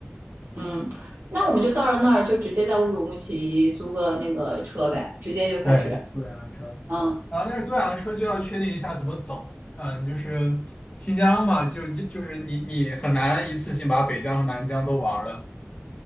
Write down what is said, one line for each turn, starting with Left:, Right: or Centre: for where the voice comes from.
Right: 嗯，
Left: 嗯，
Right: 那我们就到了那儿，就直接在乌鲁木齐租个那个车呗，直接就开始。
Left: 对，坐两辆车。
Right: 嗯，
Left: 然后但是坐两辆车就要确定一下怎么走。嗯，就是新疆嘛，就就就是你你很难一次性把北疆和南疆都玩了。